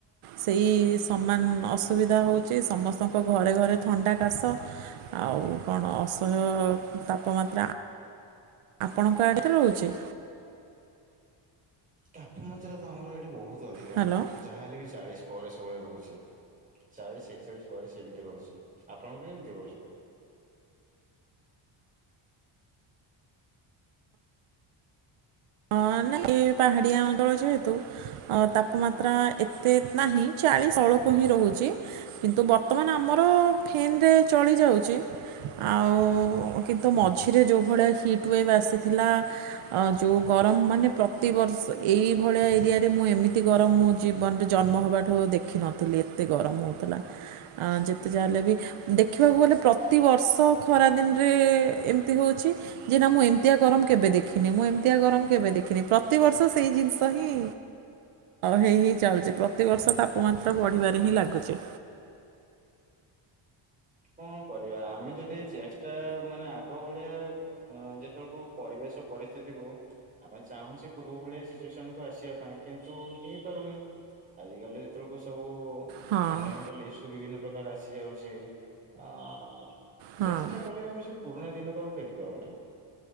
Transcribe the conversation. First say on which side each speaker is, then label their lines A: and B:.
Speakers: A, on the right; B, on the right.
A: ସେଇ ସମାନ ଅସୁବିଧା ହେଉଛି ସମସ୍ତଙ୍କ ଘରେ ଘରେ ଥଣ୍ଡା କାଶ ଆଉ କଣ ଅସହ୍ୟ ତାପମାତ୍ରା ଆପଣଙ୍କ ଆଡ଼ରେ ରହୁଛି
B: ତାପମାତ୍ରା ତ ଆମର ଏଇଠି ବହୁତ ଅଧିକା
A: ହ୍ୟାଲୋ।
B: ଯାହାଲେ ବି ଚାଳିଶ ପରେ ସବୁବେଳେ ରହୁଛି ଚାଳିଶ ଏକଚାଳିଶ ବୟାଲିସ ଏମିତି ରହୁଛି ଆପଣଙ୍କର କେମିତି ରହୁଛି
A: ହଁ ନାଇଁ ଏ ପାହାଡ଼ିଆ ଅଞ୍ଚଳ ଯେହେତୁ ତାପମାତ୍ରା ଏତେ ନାହିଁ ଚାଳିଶ ତଳକୁ ହିଁ ରହୁଛି କିନ୍ତୁ ବର୍ତ୍ତମାନ ଆମର ଫେନ୍ରେ ଚଳିଯାଉଛି ଆଉ କିନ୍ତୁ ମଝିରେ ଯେଉଁଭଳିଆ ହିଟ୍ ୱେଭ୍ ଆସିଥିଲା ଯେଉଁ ଗରମ ମାନେ ପ୍ରତିବର୍ଷ ଏଇଭଳିଆ ଏରିଆରେ ମୁଁ ଏମିତି ଗରମ ମୋ ଜୀବନରେ ଜନ୍ମ ହେବାଠୁ ଦେଖିନଥିଲି ଏତେ ଗରମ ହେଉଥିଲା ଯେତେ ଯାହା ହଲେ ବି ଦେଖିବାକୁ ଗଲେ ପ୍ରତିବର୍ଷ ଖରାଦିନରେ ଏମିତି ହେଉଛି ଯେ ନା ମୁଁ ଏମିତିଆ ଗରମ କେବେ ଦେଖିନି ମୁଁ ଏମ ତୃତୀୟ ଗରମ କେବେ ଦେଖିନି ପ୍ରତିବର୍ଷ ସେଇ ଜିନିଷ ହିଁ ହେଇ ହିଁ ଚାଲୁଛି ପ୍ରତିବର୍ଷ ତାପମାତ୍ରା ବଢିବାରେ ହିଁ ଲାଗୁଛି।
B: କଣ କରିବା ଆମେ ଯଦି ଚେଷ୍ଟା ମାନେ ଆଗ ଭଳିଆ ଯେତେବେଳକୁ ପରିବେଶ ପରିସ୍ଥିତିକୁ ଆମେ ଚାହୁଁଛେ ପୂର୍ବ ଭଳିଆ ସିଚୁଏସନ କୁ ଆସିବା ପାଇଁ କିନ୍ତୁ ହେଇପାରୁନି ଆଜିିକାଲି ଯେତେବେଳକୁ ସବୁ
A: ହଁ
B: ଏନଭରମେଟଇ ବିଭିନ୍ନ ପ୍ରକାର ଆସି ଯାଉଛି। ଆଉ
A: ହଁ
B: ଚେଷ୍ଟା କଲେ ଆମେ ସବୁ ପରୁଣା ଦିନକୁ ଆଉ ଫେରି ପାଉନି